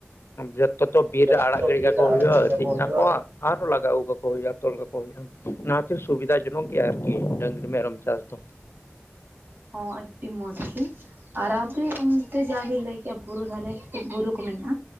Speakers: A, on the left; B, on the right.
A: ᱡᱚᱛᱚ ᱛᱚ ᱵᱤᱨ
B: ᱡᱚᱛᱚ
A: ᱨᱮ ᱟᱲᱟᱜ ᱜᱤᱰᱤ
B: ᱵᱤᱨ
A: ᱠᱟᱠᱚ
B: ᱨᱮ ᱟᱲᱟᱜ
A: ᱦᱩᱭᱩᱜ-ᱟ
B: ᱠᱟᱠᱚ
A: ᱟᱛᱤᱧ
B: ᱦᱩᱭᱩᱜᱼᱟ
A: ᱱᱟᱠᱚ ᱟᱨᱦᱚᱸ ᱞᱟᱜᱟ ᱟᱜᱩ ᱠᱟᱠᱚ ᱦᱩᱭᱩᱜ-ᱟ ᱛᱚᱞ ᱠᱟᱠᱚ ᱦᱩᱭᱩᱜ-ᱟ ᱚᱱᱟᱛᱮ ᱥᱩᱵᱤᱫᱟ ᱡᱮᱱᱚ ᱜᱮᱭᱟ ᱟᱨᱠᱤ ᱰᱟᱹᱝᱨᱤ, ᱢᱮᱨᱚᱢ ᱪᱟᱥ ᱫᱚ᱾
B: ᱦᱚᱸ ᱟᱹᱰᱤ ᱢᱚᱸᱡᱽᱜᱤ ᱟᱨ ᱟᱯᱮ ᱚᱱᱛᱮ ᱡᱟᱦᱟ ᱵᱮᱱ ᱞᱟᱹᱭ ᱠᱮᱭᱟ ᱵᱩᱨᱩ ᱫᱷᱟᱨᱮ ᱵᱩᱨᱩ ᱠᱚ ᱢᱮᱱᱟᱜ-ᱟ